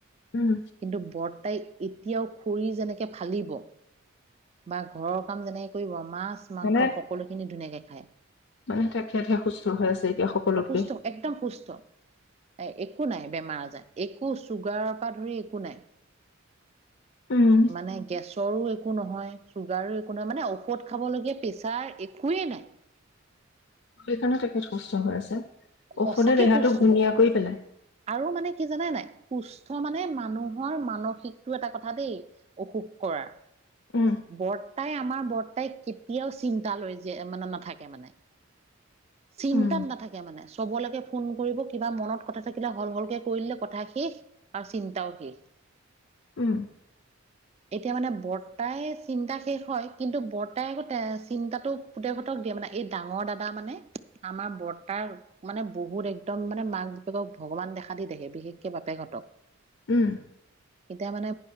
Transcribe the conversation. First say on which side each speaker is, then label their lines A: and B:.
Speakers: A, on the left; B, on the right.
A: উম,
B: কিন্তু বত তাই এতিয়াও খৰি যেনেকে ফালিব বা ঘৰৰ কাম যেনেকে কি কম? মাছ মাংস
A: মানে
B: সকলোখিনি ধুনীয়াকে হয়। <unintelligible>
A: মানে তেখেতহে সুস্থ হৈ আছে এতিয়া সকলোতকে
B: অসুস্থ? একদম সুস্থ। এ-একো নাই বেমাৰ-আজাৰ একো চুগাৰ পাধৰি একো নাই।
A: উম
B: মানে গেছ ৰো একো নহয় চুগাৰো একো নাই মানে কত খাবলগীয়া পেছাৰ একোৱেই নাই।
A: সেইকাৰণে তেখেত সুস্থ হৈ আছে।
B: সঁচাকে
A: ঔষধে দেহাটো
B: সুস্থ
A: ঘূণীয়া কৰি পেলাই
B: আৰু মানে কি জানে নাই সুস্থ মানে মানুহৰ মানসিক টো এটা কথা দেই অসুখ কৰাৰ।
A: উম
B: বৰ্তাই আমাৰ বৰ্তাই কেতিয়াও চিন্তা লৈ য মানে নাথাকে। মানে চিন্তাত
A: উম
B: নাথাকে মানে। কবলৈকে ফোন কৰিব কিবা মনত কথা থাকিলে হল হলকে কৰিলে কথা শেষ আৰু চিন্তাও শেষ।
A: উম
B: এতিয়া মানে বৰ্তাই চিন্তা শেষ হয় কিন্তু বৰ্তাই আকৌ চিন্তাটো পুতেহঁতক দিয়ে মানে এই ডাঙৰ দাদা মানে আমাৰ বৰ্তাৰ মানে বহুত একদম মানে মাক বাপেকক ভগৱান দেখা দি দেখে বিশেষকে বাপেকহঁতক।
A: উম
B: এতিয়া মানে